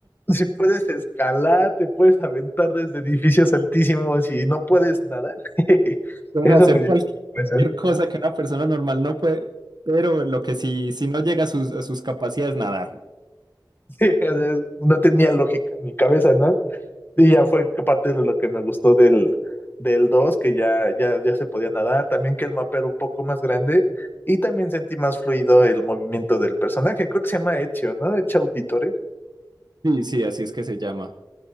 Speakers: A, on the left (about 25°); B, on the right (about 65°).
A: Si puedes escalar, te puedes aventar desde edificios altísimos y no puedes nadar. <laughs>
B: Pueden
A: Eso
B: hacer
A: me
B: cualquier,
A: dio
B: cualquier
A: impresión. <laughs>
B: cosa que una persona normal no puede, pero lo que sí, sí no llega a sus, a sus capacidades nadar.
A: Sí, o sea, no tenía lógica en mi cabeza, ¿no? Y ya fue que parte de lo que me gustó del, del 2, que ya, ya, ya se podía nadar, también que el mapa era un poco más grande y también sentí más fluido el movimiento del personaje. Creo que se llama Ezio, ¿no? Ezio Auditore.
B: Sí, sí, así es que se llama.